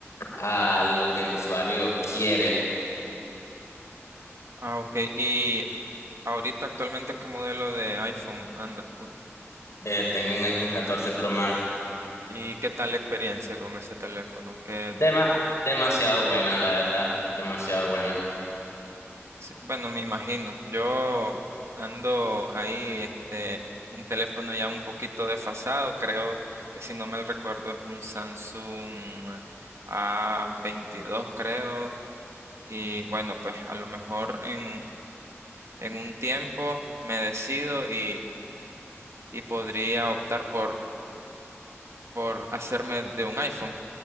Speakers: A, on the left (about 75°); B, on the right (about 70°).
A: a lo que el usuario quiere.
B: Ah, ok. ¿Y ahorita actualmente qué modelo de iPhone andas tú?
A: Eh, tengo un iPhone 14 Pro Max.
B: ¿Y qué tal la experiencia con ese teléfono? Que,
A: Dema- demasiado buena, la verdad. Demasiado buena.
B: sí, bueno, me imagino. Yo ando ahí, este, un teléfono ya un poquito desfasado. Creo que si no mal recuerdo es un Samsung A22, creo. Y bueno, pues a lo mejor en, en un tiempo me decido y, y podría optar por, por hacerme de un iPhone.